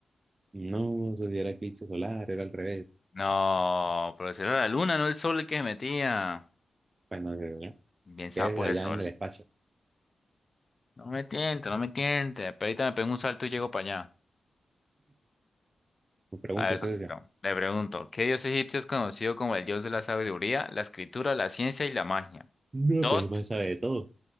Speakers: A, on the right; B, on the left.
A: No, eso sí era eclipse solar, era al revés.
B: No, pero si era la luna, no el sol el que se metía.
A: Bueno,
B: Bien sapo
A: ¿qué es allá
B: es el sol.
A: en el espacio?
B: No me tiente, no me tiente. Pero ahorita me pego un salto y llego para allá.
A: Me pregunta
B: A ver,
A: usted,
B: Sosito,
A: ya.
B: le pregunto, ¿qué dios egipcio es conocido como el dios de la sabiduría, la escritura, la ciencia y la magia?
A: No,
B: Tot,
A: pero es más sabe de todo.